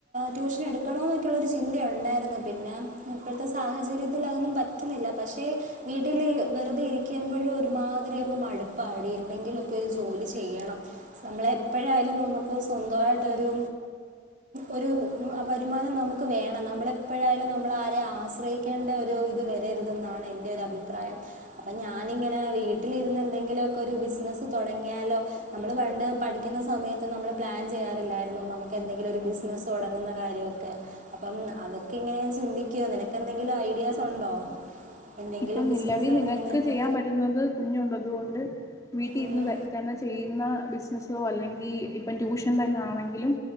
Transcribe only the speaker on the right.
ട്യൂഷൻ എടുക്കണ എന്നൊക്കെയുള്ള ഒരു ചിന്ത ഉണ്ടായിരുന്നു പിന്നെ ഇപ്പോഴത്തെ സാഹചര്യത്തിൽ അതൊന്നും പറ്റുന്നില്ല പക്ഷെ വീട്ടിൽ വെറുതെ ഇരിക്കുമ്പോഴും ഒരുമാ ടുപ്പാടി എന്തെങ്കിലുമ ഒക്കെ ഒരു ജോലി ചെയ്യണം നമ്മൾ എപ്പോഴായാലും നുക്ക് സ്വന്തമായിട്ടരു ഒരു വരുമാനം നമുക്ക് വേണം നമ്മള എപ്പോഴ നമ്മ ആശ്രയിക്കേണ്ട ഇത് വരരുതെന്നാണ് എന്റെ അഭിപ്രായം അപ്പൊ ഞാനങ്ങന വീട്ടിലിന്ന് എന്തെങ്കിലുമ ഒക്കെ ഒരു ബിസിനസ് തുടങ്ങിയാലോ നമ്മൾ പണ്ട് പഠിക്കുന്ന സമയത്ത് നമ്മൾ പ്ലാൻ ചെയ്യാറില്ലായിരുന്നു നമുക്ക് എന്തെങ്കിലും ഒരു ബിസിനസ്സ് തുടങ്ങുന്ന കാര്യക്കെ അപ്പം അതൊക്കെ അങ്ങനെയൻ ചിന്തിക്കുവോ നിനക്ക്ന്തെങ്കിലും ഐഡിയാസ് ഉണ്ടോ എന്തെങ്കിലും
ബിസിനസ്
തുടങ്ങുന്നതിൻ്റെ
ഉം.